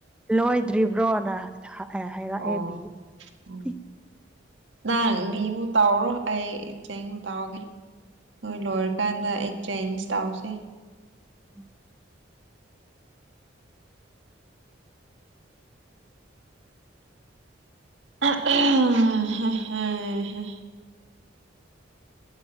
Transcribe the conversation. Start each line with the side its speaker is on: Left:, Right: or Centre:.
Centre: ꯂꯣꯏꯗ꯭ꯔꯤꯕ꯭ꯔꯣꯅ ꯍꯥ ꯑꯦ ꯍꯥꯏꯔꯥꯛꯑꯦ
Right: ꯑꯣ
Centre: ꯃꯤ
Right: ꯎꯝ
Centre: ꯍꯨꯝ
Right: ꯅꯪ ꯕꯤꯕꯨ ꯇꯧꯔꯣ ꯑꯩ ꯆꯦꯡ ꯇꯧꯔꯒꯦ ꯅꯣꯏ ꯂꯣꯏꯔꯀꯥꯟꯗ ꯑꯩ ꯆꯦꯟꯖ ꯇꯧꯁꯦ
Centre: <inaudible>
Right: ꯑꯍ ꯍ ꯍ ꯍ ꯍꯥ